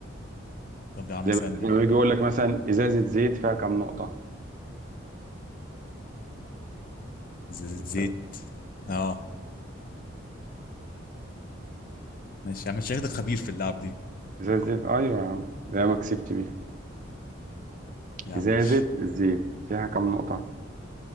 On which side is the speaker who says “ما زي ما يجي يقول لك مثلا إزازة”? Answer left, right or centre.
Right